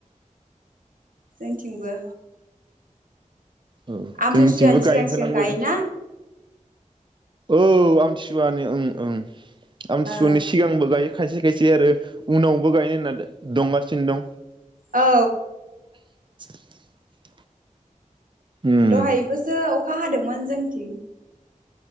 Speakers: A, on the right; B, on the right.
A: जोंनिथिंबो
B: औ
A: आमथिसुवानि
B: जोंनिथिंबो गायहो
A: सिगां
B: होलांबाय
A: सिगां गायोना
B: औ आमथिसुवानि ओं ओं आमथिसुवानि
A: ओ
B: सिगांबो गायो। खायसे खायसे आरो उनावबो गायनो होनना दंगासिनो दं।
A: औ
B: <inaudible> उम
A: दहायबोसो अखा हादोंमोन जों निथिं